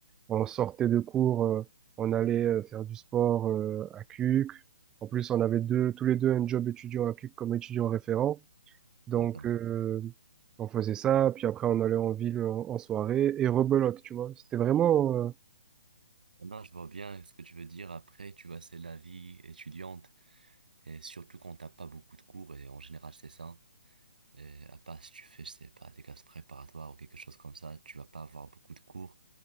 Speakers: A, on the right; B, on the right.
A: on sortait de cours, euh, on allait euh, faire du sport euh, à Cuc. En plus, on avait deux, tous les deux un job étudiant à Cuc comme étudiant référent. Donc,
B: d'accord.
A: euh, on faisait ça, puis après on allait en ville en, en soirée et rebelote, tu vois. C'était vraiment, euh,
B: Non, je vois bien ce que tu veux dire. Après, tu vois, c'est la vie étudiante. Et surtout quand t'as pas beaucoup de cours, et en général, c'est ça. Et à part si tu fais, je sais pas, des classes préparatoires ou quelque chose comme ça, tu vas pas avoir beaucoup de cours